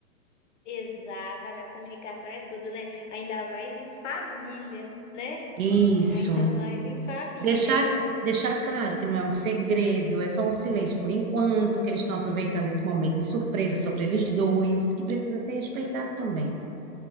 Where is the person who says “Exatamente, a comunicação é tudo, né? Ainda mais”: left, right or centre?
Left